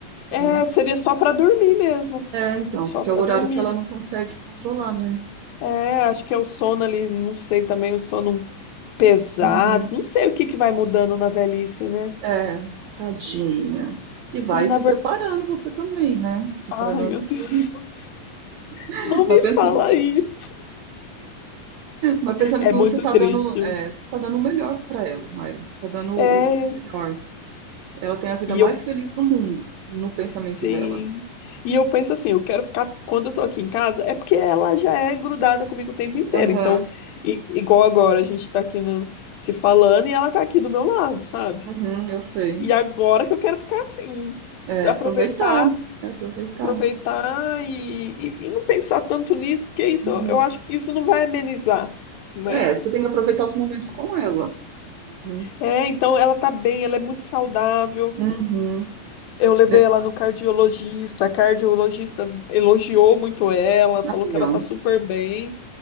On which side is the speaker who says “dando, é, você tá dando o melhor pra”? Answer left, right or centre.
Right